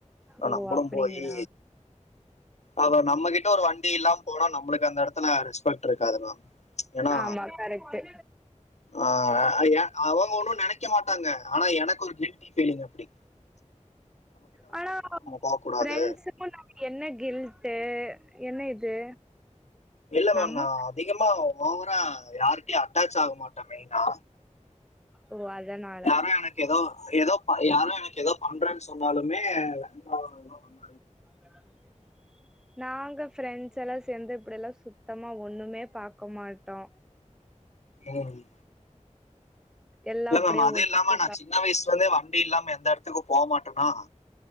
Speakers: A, on the left; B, in the centre.
A: ஆ
B: ஓ
A: நம்மளு
B: அப்டிங்களா
A: போயி அப்ப நம்மகிட்ட ஒரு வண்டி இல்லாம போனா நம்ளுக்கு அந்த எடத்துல ரெஸ் பெக்ட் இருக்காது மேம் ஏனா
B: ஆமா கரெக்ட்டு
A: ஆ அவங்க ஒன்னு நெனைக்க மாட்டாங்க ஆனா எனக்கு ஒரு கில்டி பீலிங் அப்டி
B: ஆனா
A: போகக்கூடாது
B: பிரெண்ட்ஸுக்கு நம்ம என்ன கில்ட்டு என்ன இது
A: இல்ல மேம்
B: நம்ம
A: நா அதிகமா ஓவரா யாருட்டியு அட்டாச் ஆக மாட்டோ மெய்னா
B: ஓ அதனால
A: யாரு எனக் எதோ எதோ பண்ணா யாரோ எனக்கு எதோ பண்றேன் சொன்னாலுமே வேண்டா அதலா வே
B: <unintelligible> நாங்க ப்ரெண்ஸ்ஸெல்லா சேந்து இப்டில்லா சுத்தமா ஒண்ணுமே பாக்கமாட்டோ
A: ம்
B: எல்லா
A: இல்ல
B: அப்டியே
A: மேம் அதுஇல்லாம
B: ஒட்டுக்கா
A: நா சின்ன வயசுலந்தே வண்டி இல்லாம எந்த எடத்துக்கு போமாட்டனா